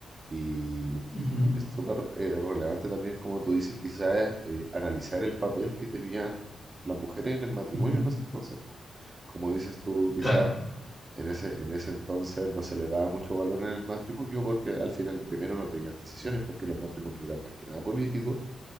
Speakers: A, on the right; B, on the left.
A: Y
B: Uh -huh,
A: es súper eh, relevante también, como tú dices, quizás eh, analizar el papel que tenían las mujeres en el matrimonio
B: uh -huh.
A: en ese entonces. po. Como dices tú, quizás
B: Claro.
A: en ese, en ese entonces no se le daba mucho valor en el matrimonio porque al final primero no tenían decisiones porque los matrimonios eran más que nada políticos